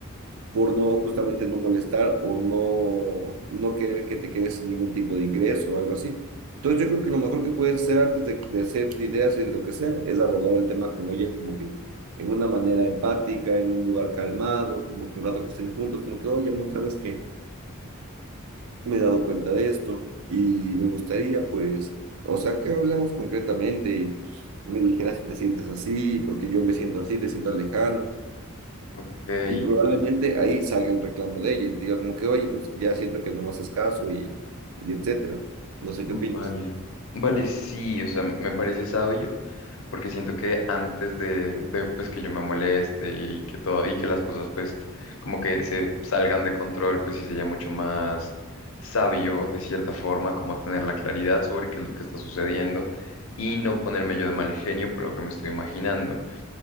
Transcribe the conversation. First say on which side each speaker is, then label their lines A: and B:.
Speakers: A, on the right; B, on the left.
A: por no justamente no molestar o no, no querer que te quedes sin ningún tipo de ingreso o algo así. Entonces yo creo que lo mejor que puedes hacer antes de, de hacerte ideas y de lo que sea es abordar el tema con ella como que en una manera empática, en un lugar calmado, como que un rato que estén juntos, como que, oye, amor, ¿sabes qué? me he dado cuenta de esto y me gustaría, pues, o sea, que hablemos concretamente y me dijeras si te sientes así, porque yo me siento así, te siento alejado.
B: Ok,
A: Y probablemente ahí salga el reclamo de ella y te diga como que, oye, pues ya siento que no me haces caso y, y etcétera. No sé
B: vale.
A: qué opinas.
B: Vale, sí, o sea, me parece sabio porque siento que antes de, de pues que yo me moleste y que todo y que las cosas pues como que se salgan de control, pues sí sería mucho más sabio de cierta forma como tener la claridad sobre qué es lo que está sucediendo y no ponerme yo de mal genio por lo que me estoy imaginando.